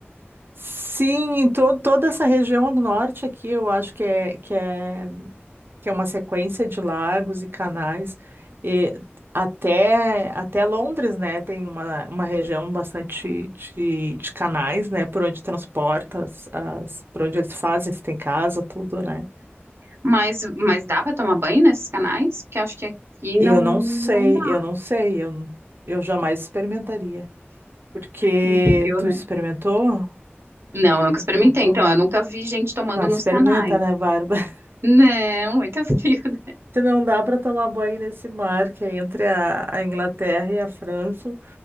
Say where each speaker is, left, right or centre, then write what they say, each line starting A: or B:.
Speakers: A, on the right; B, on the right.
A: Sim, em to toda essa região do norte aqui, eu acho que é, que é. que é uma sequência de lagos e canais, e até, até Londres, né, tem uma, uma região bastante de, de canais, né, por onde transporta, as, as- por onde eles fazem, se tem casa, tudo, né.
B: Mas, mas dá para tomar banho nesses canais? Porque acho que aqui não,
A: E eu não
B: não
A: sei,
B: dá.
A: eu não sei, eu, eu jamais experimentaria, porque
B: Muito frio,
A: tu
B: né?
A: experimentou?
B: Não, nunca experimentei.
A: Experimentou?
B: Então, eu nunca vi gente tomando
A: Não, experimenta,
B: nos canais.
A: né, Bárbara? <laughs>
B: Não, muito frio. <laughs>
A: Se não dá para tomar banho nesse mar que é entre a, a Inglaterra e a França,